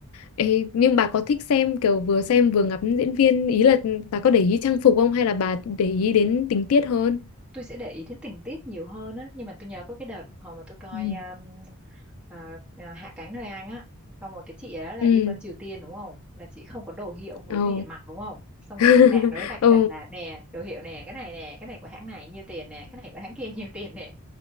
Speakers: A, on the left; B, in the centre.
A: Ê, nhưng bà có thích xem kiểu vừa xem vừa ngắm diễn viên ý là bà có để ý trang phục không hay là bà để ý đến tình tiết hơn
B: tôi sẽ để ý đến tình tiết nhiều hơn á nhưng mà tôi nhớ có cái đợt hồi mà tôi coi
A: Ừ.
B: um, à, à, Hạ cánh nơi Anh á xong rồi cái chị ấy là
A: ừ
B: đi qua Triều Tiên đúng không là chị không có đồ hiệu không có
A: ồ
B: gì để mặc đúng không xong
A: <laughs>
B: rồi trên mạng nó mới vạch
A: ồ
B: trần là nè đồ hiệu nè cái này nè cái này của hãng này nhiêu tiền nè cái này của hãng kia <laughs> nhiêu tiền nè